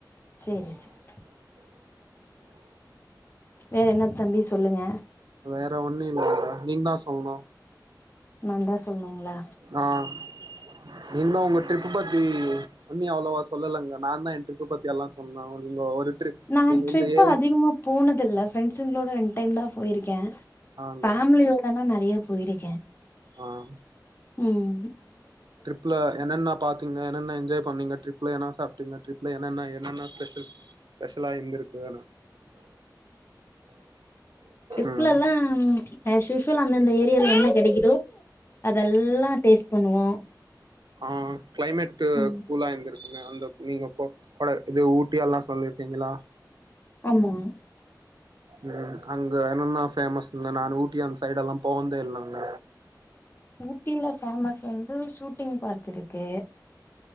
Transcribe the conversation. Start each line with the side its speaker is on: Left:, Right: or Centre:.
Left: செரி சேர் வேற என்ன தம்பி சொல்லுங்க
Right: வேற ஒண்ணு <inaudible> நீங்தா சொல்ணு
Left: நான்தா சொல்ணுங்களா
Right: ஆஹ் நீங்கு தா உங்கு ட்ரிப்பு பத்தி அன்னி அவ்வுளவா சொல்லலங்க நாந்தா என் ட்ரிப்ப பத்தி எல்லா சொன்னோ நீங்க ஒரு ட்ரிப்
Left: நான்
Right: நீங்க
Left: ட்ரிப்
Right: இந்த ஏரி
Left: அதிகமா போனதுல்ல ப்ரேண்ஸ்ங்குளோட ரெண் டைம் தா போயிருக்கே
Right: ஆங்க
Left: ஃபேமிலியோடனா நா நெறைய போயிருக்கே
Right: ஆஹ்
Left: உம்
Right: ட்ரிப்ல என்னன்ன பாத்தீங்க என்னென்ன என்ஜாய்ண்ணீங்க ட்ரிப்லன என்ன சாப் ட்டிங்க ட்ரிப்ல என்னன்ன என்னன்ன ஸ்பெஷல் ஸ்பெஷலா இந்திருக்கோனு
Left: ட்ரிப்புலெல்லாம்
Right: ம்
Left: ஹ ஷிஷல் அந்தந்த ஏரியால என்ன கெடைக்கிதோ அதெல்லா டேஸ்ட் பண்ணுவோ
Right: ஆன் கிளைமெட்டு
Left: ம்
Right: கூலாந்திருக் ங்க அந்த நீங்க கொப் கொளே இதே ஊட்டியல்லா சொல்லிப்பிருக்கீங்ளா
Left: ஆமா
Right: உம் அங்க என்னன்னா பேஃமஸ்னுங்க நானு ஊட்டி அந்த சைடுல்லா போனுந்தே இல்லங்க
Left: ஊட்டில ஃபேமஸ் வந்து ஷூட்டிங் பார்க் இருக்கு